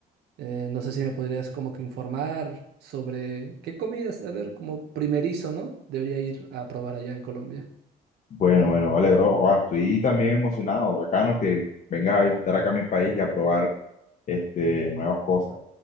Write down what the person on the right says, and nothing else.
Eh, no sé si me podrías como que informar sobre qué comidas, a ver, como primerizo, ¿no? Debería ir a probar allá en Colombia.